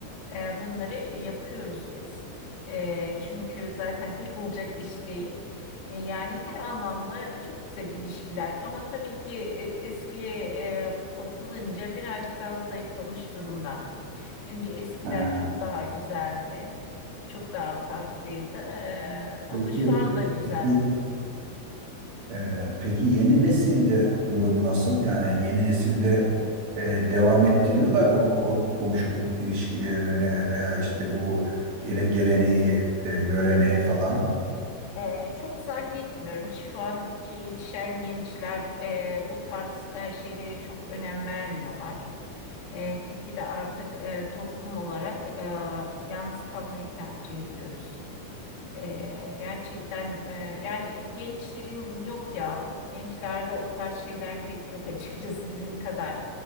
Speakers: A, on the left; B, on the right.
A: e, bunları yapıyoruz biz. Ee, çünkü zaten tek olacak iş değil. Ee, yani her anlamda çok güzel ilişkiler. Ama tabii ki e, eskiye e, bakılınca birazcık daha zayıflamış durumda. Çünkü eskiden
B: Ha,
A: çok daha güzeldi. Çok daha farklıydı. Ee, ama
B: peki
A: şu anda güzel.
B: peki e, peki yeni nesilde durum nasıl? Yani yeni nesilde e, devam ettiriyorlar mı bu kom- komşuluk ilişkilerini veya işte bu gele- geleneği, e, göreneği falan?
A: Ee, çok zannetmiyorum ki şu anki yetişen gençler e, bu tarz e, şeylere çok önem vermiyorlar. E, gitgide artık e, toplum olarak e, yalnız kalmayı tercih ediyoruz. Ee, gerçekten e, yani gençlerin yok ya. Gençlerde o tarz şeyler pek yok açıkçası bizim kadar.